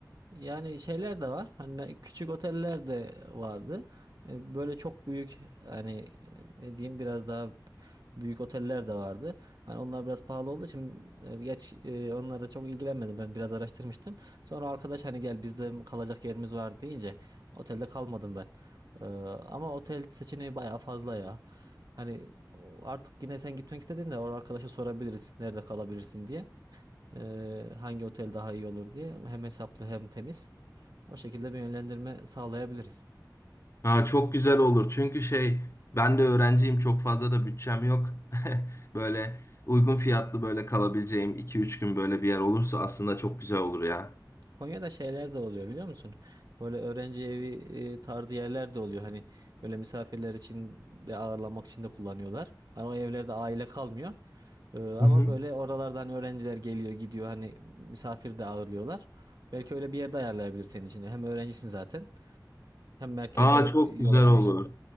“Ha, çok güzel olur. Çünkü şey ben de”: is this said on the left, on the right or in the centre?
Left